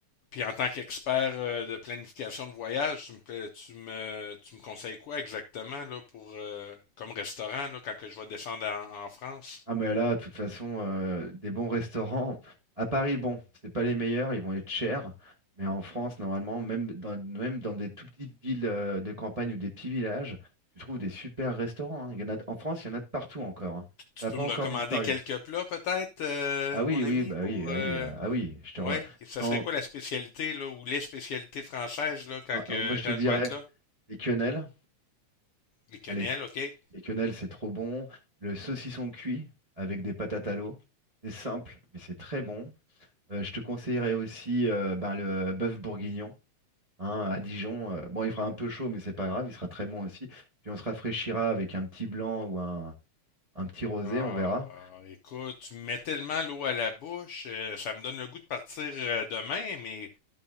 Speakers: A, on the left; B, on the right.
A: puis en tant qu'expert euh, de planification de voyage, tu me, pla- tu me, tu me conseilles quoi exactement là pour euh, comme restaurant là quand que je vais descendre en, en France?
B: Ah mais là, de toute façon, euh, des bons restaurants. À Paris, bon, c'est pas les meilleurs, ils vont être chers. Mais en France, normalement, même dans, même dans des toutes petites villes euh, de campagne ou des petits villages, tu trouves des super restaurants. hein. Il y en a, de- en France, il y en a de partout encore. hein.
A: Tu
B: Ça n'a
A: peux
B: pas
A: me
B: encore
A: recommander
B: disparu.
A: quelques plats peut-être, euh,
B: Ah oui,
A: mon
B: oui,
A: ami,
B: bah
A: pour
B: oui, ah
A: euh,
B: oui, euh, ah oui. Je te
A: Ouais,
B: re-
A: Et ça
B: Quand,
A: serait quoi la spécialité là ou les spécialités françaises là quand
B: ah,
A: que
B: ah, moi, je
A: quand
B: te dirais
A: je vais être là?
B: les quenelles.
A: Les quenelles,
B: Ah, les,
A: OK.
B: les quenelles, c'est trop bon. Le saucisson cuit avec des patates à l'eau. C'est simple, mais c'est très bon. Euh, je te conseillerais aussi euh, ben, le bœuf bourguignon hein, à Dijon. Euh, bon, il fera un peu chaud, mais c'est pas grave, il sera très bon aussi. Puis on se rafraîchira avec un petit blanc ou un, un petit rosé,
A: Ah,
B: on verra.
A: écoute, tu me mets tellement l'eau à la bouche, euh, ça me donne le goût de partir euh, demain, mais